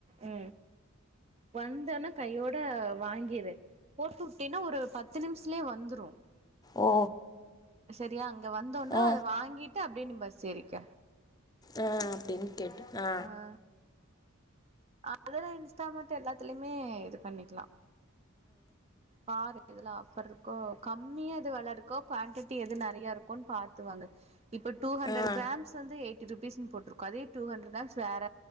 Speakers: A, on the right (about 30°); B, on the left (about 20°).
A: உ வந்தன்ன கையோட வாங்கிரு போட்டு உட்டேனா ஒரு பத்து நிமிஷ்லே வந்துரு
B: ஓ
A: சரியா அங்க வந்தோனே
B: ஆ
A: அத வாங்கிட்டு அப்டியே நீ பஸ் ஏறிக்க
B: ஆ அப்டின்னு கேட்டு அ
A: ஆ அதெல்லா இன்ஸ்டாமார்ட் அது எல்லாத்துலயுமே இது பண்ணிக்கலா பாரு எதுல ஆஃபர் இருக்கோ கம்மியா எது வெல இருக்கோ குவாண்டிட்டி எது நெறையா இருக்குன் பாத்துவாங்கு இப்ப டூ ஹண்ட்ரட்
B: ஆ
A: கிராம்ஸ் வந்து எயிட்டி ருபீஸ்னு போட்டிருக்கு அதே டூ ஹண்ட்ர் க்ராம்ஸ் வேற